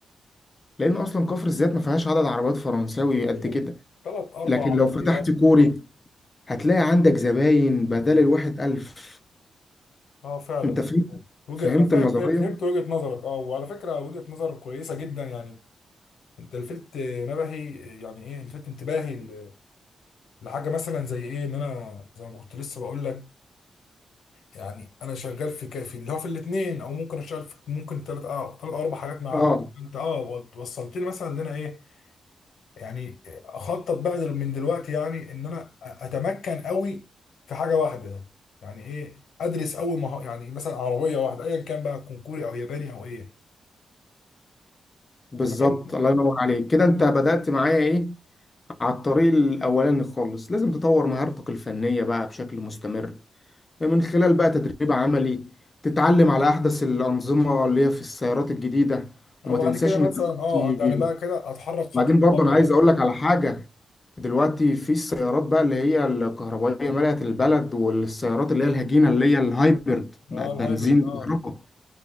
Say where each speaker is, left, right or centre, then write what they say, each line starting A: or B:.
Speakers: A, on the left; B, on the left.
A: لان اصلا كفر الزيات ما فيهاش عدد عربيات فرنساوي
B: مش
A: قد
B: غير
A: كده
B: ثلاث اربع
A: لكن لو
B: عربيات
A: فتحت كوري هتلاقي عندك زباين بدل الواحد الف
B: اه فعلا
A: انت فهمت
B: وجه
A: فهمت
B: انا فاهم
A: النظريه
B: فاهم- فهمت وجهة نظرك اه وعلى فكرة وجهة نظر كويسة جدا يعني انت لفت نبهي يعني ايه لفت انتباهي ل- لحاجة مثلا زي ايه ان انا زي ما كنت لسه بقول لك يعني انا شغال في كافي اللي هو في الاثنين او ممكن اشتغل في ممكن ثلاث اه ثلاث اربع حاجات معاهم
A: اه
B: انت اه وصلت لي مثلا ان انا ايه يعني اخطط بقى دل- من دلوقتي يعني ان انا اتمكن قوي في حاجه واحده يعني ايه ادرس اول مه... يعني مثلا عربيه واحده ايا كان بقى تكون كوري او ياباني او ايه
A: بالظبط
B: ده فاهمني
A: الله ينور عليك كده انت بدأت معايا ايه على الطريق الاولاني خالص لازم تطور مهارتك الفنيه بقى بشكل مستمر من خلال بقى تدريب عملي تتعلم على أحدث الأنظمة اللي هي في السيارات الجديدة
B: او
A: وما
B: بعد
A: تنساش
B: كده
A: إن
B: مثلا
A: دلوقتي
B: اه يعني بقى كده اتحرك خطوه
A: بعدين برضه
B: بخطوه
A: أنا عايز
B: بقى
A: أقول لك على حاجة دلوقتي في السيارات بقى اللي هي الكهربائية ملأت البلد والسيارات اللي هي الهجينة اللي هي الهايبرد بقت
B: اه
A: بنزين
B: الهايبرد اه
A: كهرباء